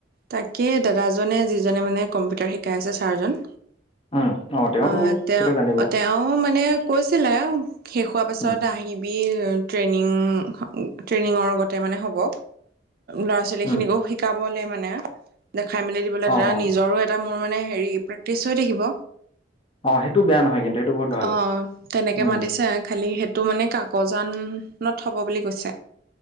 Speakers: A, on the right; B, on the left.
A: তাকে দাদাজনে যিজনে মানে কম্পিউটাৰ শিকাই আছে ছাৰজন
B: উম, অ', তেওঁতো
A: অঁহ তেওঁ
B: চাগে জানিব
A: তেওঁ মানে কৈছিলে শেষ হোৱাৰ পিছত
B: উম,
A: আহিবি ট্ৰেইনিং ট্ৰেইনিঙৰ আগতে মানে হ'ব। ল'ৰা ছোৱালী
B: উম,
A: খিনিকও শিকাবলে মানে দেখাই মেলি দিবলৈ
B: অ',
A: দা
B: অ',
A: নিজৰো এট এটা মোৰ মানে হেৰি প্ৰেক্টিচ হৈ থাকিব।
B: অ', সেইটো বেয়া নহয় কিন্তু সেইটো বহুত ভাল
A: অঁ তেনেকে
B: উম,
A: মাতিছে খালি সেত টো মানে কাকজানত হ'ব বুলি কৈছে।